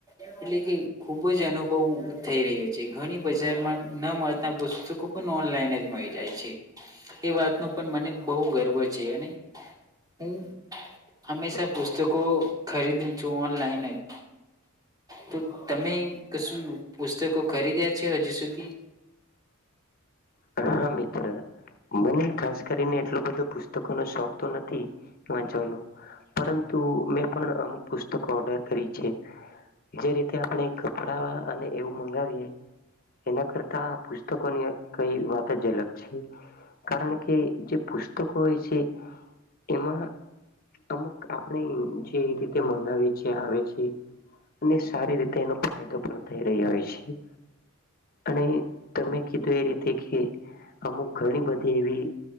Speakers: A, on the right; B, on the left.
A: એટલે કે ખૂબ જ અનુભવ થઈ રહે છે ઘણી બજારમાં ન મળતા પુસ્તકો પણ ઓનલાઈન જ મળી જાય છે. એ વાતનું પણ મને બહુ ગર્વ છે અને હું હંમેશા પુસ્તકો ખરીદું છું ઓનલાઈન જ તો તમે કશું પુસ્તકો ખરીદ્યા છે હજુ સુધી
B: હા મિત્ર મને ખાસ કરીને એટલો બધો પુસ્તકોનો શોખ તો નથી વાંચવાનો પરંતુ મેં પણ અમુક પુસ્તકો ઓર્ડર કરી છે જે રીતે આપણે કપડા અને એવું મંગાવીએ એના કરતા પુસ્તકોની કઈ વાત જ અલગ છે કારણ કે જે પુસ્તકો હોય છે એમાં અમુક આપણે જે રીતે મંગાવી છે આવે છે અને સારી રીતે એનો ફાયદો પણ થઈ રહો હોય છે અને તમે કીધું એ રીતે શીખે અમુક ઘણી બધી એવી